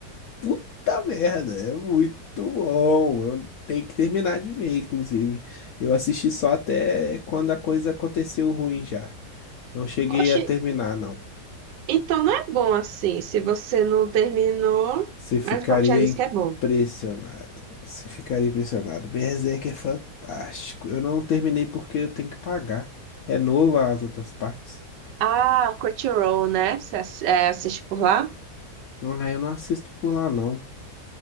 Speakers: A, on the left; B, on the right.
A: puta merda, é muito bom. Eu tenho que terminar de ver, inclusive. Eu assisti só até quando a coisa aconteceu ruim já. Não cheguei
B: Oxe,
A: a terminar, não.
B: então não é bom assim, se você não terminou,
A: Você ficaria
B: mas o povo já disse
A: impressionado.
B: que é bom.
A: Você ficaria impressionado. Berserk é fantástico. Eu não terminei porque eu tenho que pagar. É novo as outras partes.
B: Ah, Crunchyroll, né? Você ass- é, assiste por lá?
A: Ah, eu não assisto por lá, não.